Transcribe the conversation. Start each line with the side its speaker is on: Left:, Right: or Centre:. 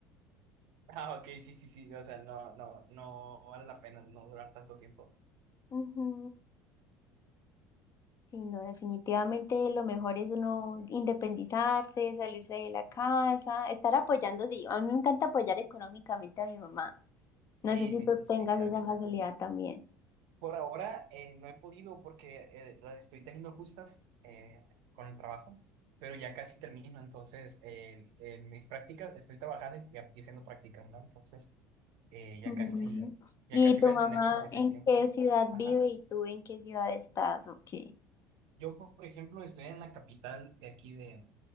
Right: Ah, ok, sí, sí, sí, o sea, no, no, no vale la pena no durar tanto tiempo.
Left: <laughs> Ujú. Sí, no, definitivamente lo mejor es uno independizarse, salirse de la casa, estar apoyando, sí, a mí me encanta apoyar económicamente a mi mamá. No
Right: Sí,
Left: sé si
Right: sí,
Left: tú
Right: sí, sí,
Left: tengas
Right: claro
Left: esa
Right: que sí.
Left: facilidad también.
Right: Por ahora eh, no he podido porque eh, la estoy teniendo justas eh, con el trabajo, pero ya casi termino. Entonces, eh, en mis prácticas estoy trabajando y, y haciendo prácticas, ¿no? Entonces, eh, ya
Left: Ujú.
Right: casi, ya
Left: ¿Y
Right: casi
Left: tu
Right: voy
Left: mamá
Right: a tener como ese
Left: en
Right: tiempo.
Left: qué ciudad
Right: Ajá.
Left: vive y tú en qué ciudad estás? Ok.
Right: Yo, por ejemplo, estoy en la capital de aquí de,